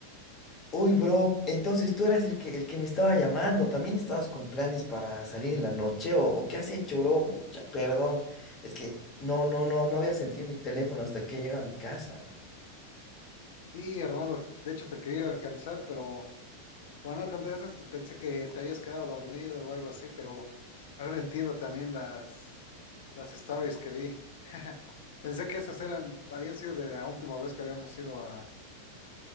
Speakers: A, on the left (about 25°); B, on the left (about 55°).
A: Uy, bro, entonces tú eras el que, el que me estaba llamando. ¿También estabas con planes para salir en la noche o, o qué has hecho, bro? Pucha, perdón. Es que no, no, no, no había sentido mi teléfono hasta que llega a mi casa.
B: Sí, hermano, de hecho te quería ir a alcanzar, pero como no contestas, pensé que te habías quedado dormido o algo así, pero ahora entiendo también las, las stories que vi. Pensé que esas eran, habían sido de la última vez que habíamos ido a,